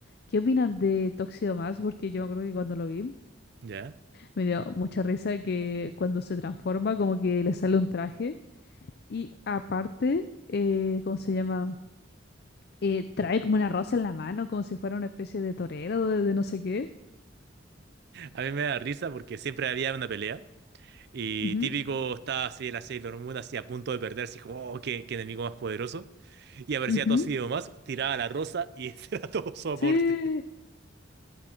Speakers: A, on the left; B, on the right.
A: ¿qué opinas de Tóxido Más? Porque yo me acuerdo que cuando lo vi...
B: Ya.
A: Me dio mucha risa que cuando se transforma, como que le sale un traje. Y aparte, eh, ¿cómo se llama? Eh, trae como una rosa en la mano, como si fuera una especie de torero, de, de no sé qué.
B: A mí me da risa porque siempre había una pelea y
A: Ujú,
B: típico estaba así el Sailor Moon así a punto de perder, así como, oh, qué, qué enemigo más poderoso. Y aparecía
A: ujú.
B: Toshio más, tiraba la rosa y <laughs> ese era todo su aporte.
A: Sí.